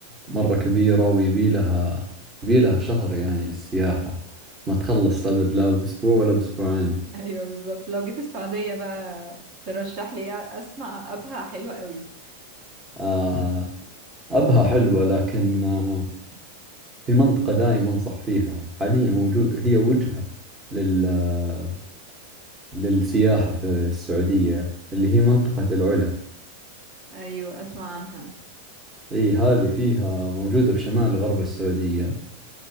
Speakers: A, on the right; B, on the right.
A: مرة كبيرة ويبي لها يبي لها شهر يعني للسياحة ما تخلص أبد لا بأسبوع ولا بأسبوعين
B: <laughs> ايوه بالظبط لو جيت السعودية بقى ترشح لي ايه اسمع ابها حلوة قوي
A: آه أبها حلوة لكن آه في منطقة دائما أنصح فيها حاليا وجو هي وجهة لل آه، للسياحة في السعودية اللي هي منطقة العلا
B: ايوه اسمع عنها
A: اي هذه فيها موجودة بشمال غرب السعودية